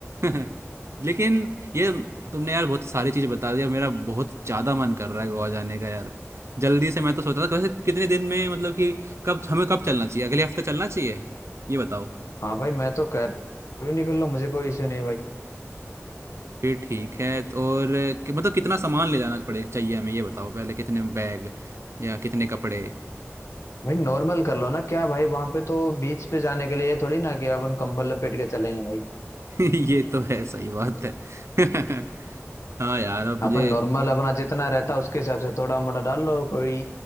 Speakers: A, on the right; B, on the left.
A: <laughs> लेकिन ये तुमने यार बहुत सारी चीज़ बता दी अब मेरा बहुत ज्यादा मन कर रहा है गोवा जाने का यार जल्दी से मैं तो सोच रहा था वैसे कितने दिन में मतलब कि कब हमें कब चलना चाहिए अगले हफ्ते चलना चाहिए ये बताओ
B: हाँ भाई मैं तो कह भी निकल लो मुझे कोई इश्यू नहीं है भाई
A: फिर ठीक है तो और कि- मतलब कितना सामान ले जाना पड़े चाहिए हमें ये बताओ पहले कितने बैग या कितने कपड़े
B: भाई नॉर्मल कर लो ना क्या भाई वहां पे तो बीच पे जाने के लिए ये थोड़ी ना कि अपन कंबल लपेट के चलेंगे भाई
A: <laughs> ये तो है सही बात है <laughs> हाँ यार अब मुझे
B: अपन नॉर्मल अपना जितना रहता है उसके हिसाब से थोड़ा मोटा डाल लो कोई